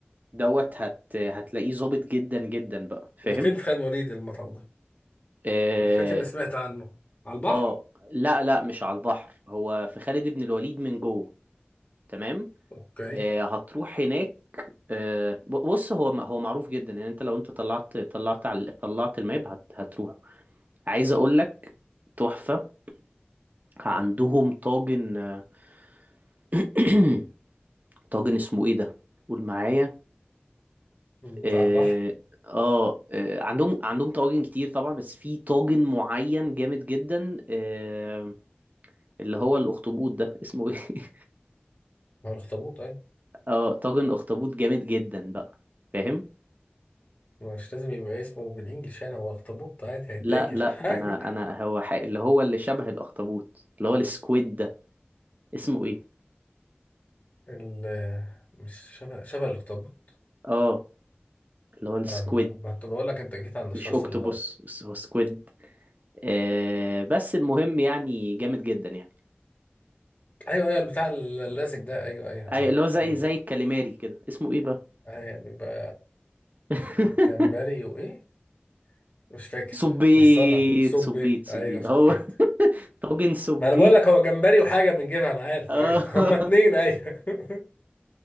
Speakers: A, on the right (about 45°); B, on the left (about 45°).
A: دوت هت هتلاقيه ظابط جدا جدا بقى
B: ده
A: فاهم
B: فين في خان وليد المطعم ده؟
A: اه
B: انا فاكر اني سمعت عنه على البحر
A: آه، لا لا مش على البحر هو في خالد بن الوليد من جوه تمام
B: اوكي
A: آه، هتروح هناك آه، ب- بص هو هو معروف جدا يعني انت لو انت طلعت طلعت على طلعت الماب هت هتروح عايز اقول لك تحفة عندهم طاجن آه، <clears throat> طاجن اسمه ايه ده قول معايا
B: بتاع
A: اه
B: البحر
A: آه، آه، عندهم عندهم طواجن كتير طبعا بس في طاجن معين جامد جدا آه، اللي هو الاخطبوط ده اسمه ايه <laughs>
B: ما هو الاخطبوط اي
A: اه طاجن اخطبوط جامد جدا بقى فاهم
B: مش لازم يبقى اسمه بالانجلش يعني هو اخطبوط عادي هيتاكل
A: لا لا
B: <laughs> عادي
A: انا انا هو حق اللي هو اللي شبه الاخطبوط اللي هو السكويد ده اسمه ايه
B: ال- مش شبه شبه الاخطبوط
A: اه اللي هو السكويد
B: فاهم ما كنت بقول لك انت جيت عند الشخص
A: مش اوكتوبوس
B: الغلط
A: بس هو سكويد آه بس المهم يعني جامد جدا يعني
B: ايوه ايوه البتاع اللاسك ده ايوه ايوه
A: اي
B: ايوه
A: اللي هو زي
B: ايوه
A: زي الكاليماري كده اسمه ايه بقى
B: ايوه بيبقى
A: <laughs>
B: جمبري وايه مش فاكر
A: صبيت
B: بس انا صبيت
A: صبيت صبيت
B: ايوه صبيت
A: هو <laughs> طاجن صبيت
B: ما انا بقول لك هو جمبري وحاجه بنجيبها انا عارف
A: اه
B: ايوه <laughs> هما اتنين ايوه <laughs>